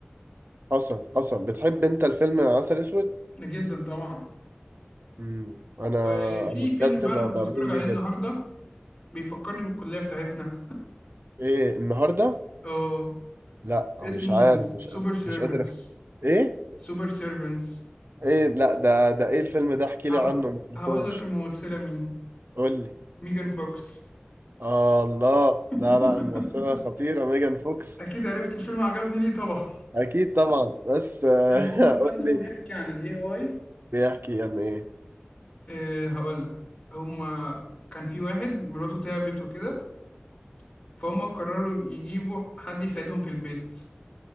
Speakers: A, on the right (about 60°); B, on the left (about 20°).
A: حصل حصل بتحب انت الفيلم عسل اسود
B: جدا طبعا
A: مم. انا
B: وفي
A: انا بجد
B: فيلم بقى
A: ما
B: انا كنت
A: بميل
B: بتفرج عليه
A: ليه جدا
B: النهارده بيفكرني بالكليه بتاعتنا
A: ايه النهارده
B: اه
A: لا مش
B: اسمه
A: عارف مش
B: سوبر
A: قادر
B: سيرفنس
A: مش قادر أفت... ايه
B: سوبر سيرفنس
A: ايه لا ده ده ايه الفيلم ده احكي
B: هقول
A: لي عنه ما اعرفوش
B: هقول لك الممثله مين
A: قول لي
B: ميجان فوكس
A: آه الله
B: <laughs>
A: لا لا الممثلة خطيرة ميجان فوكس
B: اكيد عرفت الفيلم عجبني ليه طبعا
A: اكيد طبعا بس آه،
B: المهم
A: <laughs>
B: بقى
A: قول
B: ان
A: لي
B: هو بيحكي عن الاي اي
A: بيحكي يعني ايه
B: إيه هقولك هما كان في واحد مراته تعبت وكده فهم قرروا يجيبوا حد يساعدهم في البيت